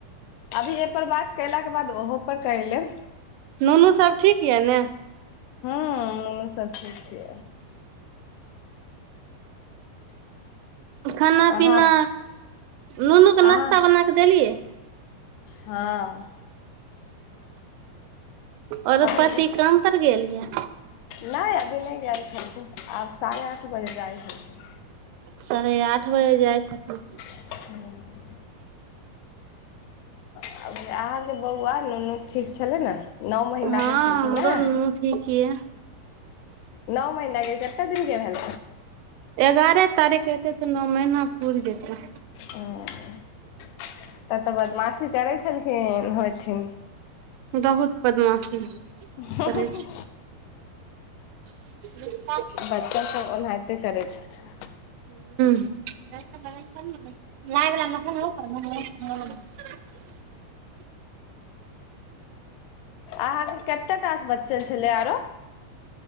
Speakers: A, on the left; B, on the right.
A: अभी एहिपर बात कयलाके बाद ओहो पर कैर लेब
B: नुनू सब ठीक यऽ ने
A: हूँ नुनू सब ठीक छियै
B: खाना
A: अहाँ
B: पीना नुनू कऽ नाश्ता
A: अहाँ
B: बना कऽ देलियै
A: हँ
B: औरो
A: अभी
B: पति काम पर गेल ये
A: नहि अभी नहि गेल छलखिन आब साढ़े आठ बजे जाइ छथिन
B: साढ़े आठ बजे जाइ छथिन
A: ह अभी अहाँके बौआ नुनू ठीक छलै न नौ महीना
B: हँ
A: के छलखिन
B: हमरो
A: नऽ
B: नुनू ठीक ये
A: नौ महीना कते दिन भेलहन
B: एगारह तारीख एते तऽ नौ महीना पूर जेतै त
A: ह तऽ तऽ बदमाशी करै छलखिन होइथिन
B: बहुत बदमाशी
A: हूँहूहू
B: करै ह
A: बच्चा सभ ओनाहिते करै छथि
B: <unintelligible>
A: अहाँके कतेक टास बच्चल छलै आरो